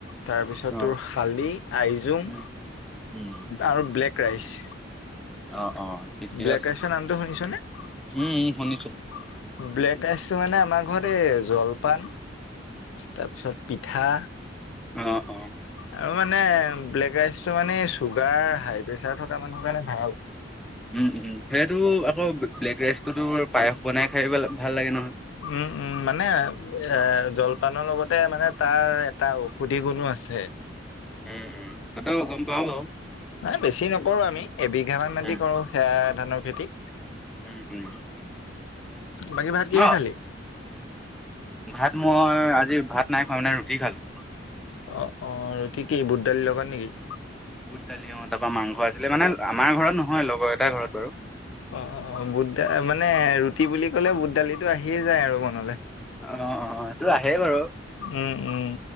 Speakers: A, on the left; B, in the centre.
A: তাৰপিছত
B: অ
A: তোৰ শালি, আই জুং
B: উম উম
A: আৰু ব্লেক ৰাইচ।
B: অ, অ, ঠিকে
A: ব্লেক
B: আছে
A: ৰাইচৰ, নামটো শুনিছনে? ব্লেক
B: উম উম শুনিছো।
A: ৰাইচটো মানে, আমাৰ ঘৰত এই জলপান। তাৰপিছত, পিঠা।
B: অ, অ,
A: আৰু মানে ব্লেক ৰাইচ টো, মানে চুগাৰ, হাই প্ৰেচাৰ থকা মানুহৰ কাৰণে ভাল।
B: উম, উম, সেইটো আকৌ ব্লেক ৰাইচটোতো, পায়স বনাই খাই ভাল লাগে নহয়।
A: উম, উম, মানে এ, জলপানৰ লগতে মানে তাৰ এটা ঔষধি গুণো আছে।
B: উম, উম, সেইটো গম পাওঁ, বাৰু।
A: নাই, বেছি নকৰোঁ আমি এবিঘা মান মাটি
B: উম
A: কৰোঁ, সেয়া ধানৰ খেতি।
B: উম, উম,
A: বাকী ভাত, কিহে
B: ন
A: খালি?
B: ভাত মই, আজি ভাত নাই খোৱা মানে ৰুটি খালোঁ।
A: অ, অ, ৰুটি কি বুট, দালি লগত নেকি?
B: বুট, দালি অ, তাৰ পৰা মাংস আছিলে, মানে আমাৰ ঘৰত নহয় লগৰ এটাৰ ঘৰত বাৰু।
A: অ, বুট দা, মানে ৰুটি বুলি ক'লে বুট দালিটো আহিয়ে যায়, আৰু মনলৈ।
B: অ, অ, এইটো আহে বাৰু,
A: উম, উম,